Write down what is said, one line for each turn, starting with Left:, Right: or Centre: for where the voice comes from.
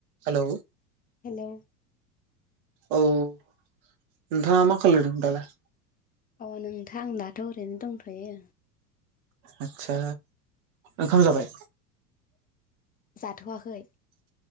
Right: हेलौ
Left: हेलौ
Right: औ नोंथाङा मा खालामदों दालाय?
Left: अ नोंथां आं दाथ ओरैनो दंथयो।
Right: आदसा ओंखाम जाबाय?
Left: जाथवाखै